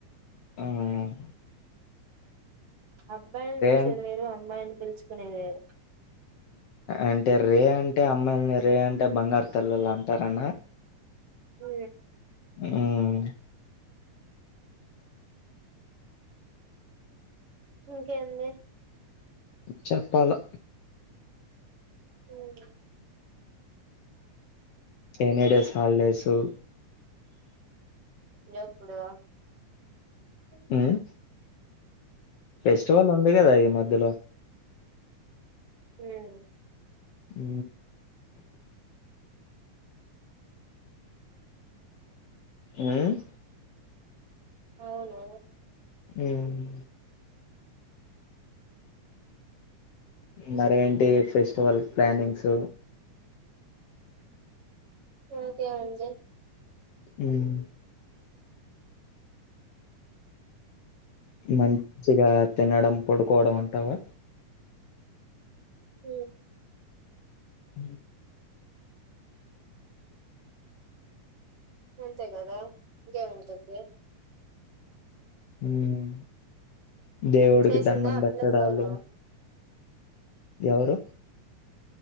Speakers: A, on the left; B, on the right.
A: ఉమ్
B: అబ్బాయిని పిలిచేది
A: అన్
B: వేరు అమ్మాల్ని పిలుచుకునేది వేరు
A: అంటే రే అంటే అమ్మాయిలని రే అంటే బంగారు తల్లలు అంటారన్న
B: ఆ
A: ఉమ్
B: ఇంకేంది
A: చెప్పాల
B: హ్మ్
A: ఎన్నిడేస్ హాలిడేసు
B: ఎప్పుడ అ
A: మ్మ్ ఫెస్టివల్ ఉందిగదా మధలో
B: హ్మ్
A: అ ఉమ్
B: అవును
A: హ్మ్ మరేంటి ఫెస్టివల్ ప్లానింగ్స్
B: ఓకే అండి
A: హ్మ్ మంచిగా తినడం పడుకోవడం అంటావా
B: హ్మ్
A: హ
B: అంతే కదా ఇంకేం ఉంటుంది
A: హ్మ్ దేవుడికి
B: చేసిందా
A: దండం
B: ఆ
A: పెట్టడాలు
B: పిల్ల ఫోను
A: ఎవరు